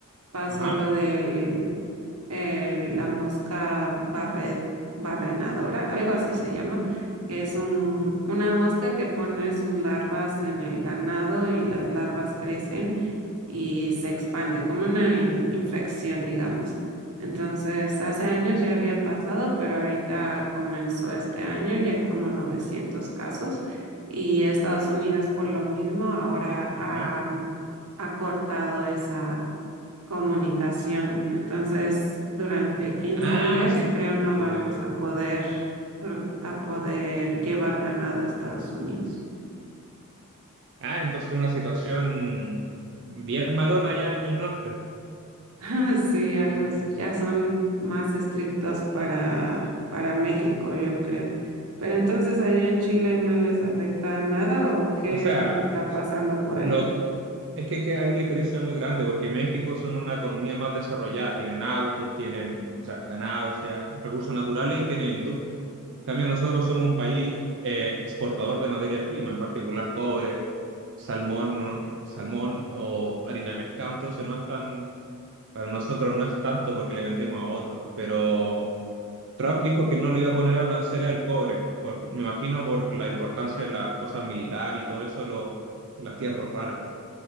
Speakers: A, on the right (about 85°); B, on the right (about 55°).
A: pasó
B: Ajá,
A: lo del eh, la mosca barre- barrenadora, algo así se llama, que es un, una mosca que pone sus larvas en el ganado y las larvas crecen y se expande, como una in- infección, digamos. Entonces, hace años ya había pasado, pero ahorita comenzó este año y hay como 900 casos. Y Estados Unidos, por lo mismo, ahora
B: ajá.
A: ha, ha cortado esa comunicación. Entonces, durante quince
B: Ah,
A: días,
B: sí,
A: creo
B: sí,
A: no
B: sí,
A: vamos
B: ajá.
A: a poder, a poder llevar ganado a Estados Unidos.
B: Ah, entonces una situación bien malona allá en el norte.
A: <laughs> Sí, algo así. Ya son más estrictos para, para México, yo creo. Pero entonces allá en Chile no les afecta nada o qué
B: O sea,
A: es lo que está pasando por allá?
B: Lo, es que, que hay una diferencia muy grande porque México son una economía más desarrollada, tienen autos, tienen, o sea, ganado, o sea, recursos naturales y tienen industria. En cambio, nosotros somos un país eh, exportador de materias primas, en particular cobre, salmón, no- salmón o harina de pescado, entonces no es tan, para nosotros no es tanto porque le vendemos a otros, pero Trump dijo que no le iba a poner aranceles al cobre, por- me imagino por la importancia de las cosas militares y todo eso, lo- las tierras raras.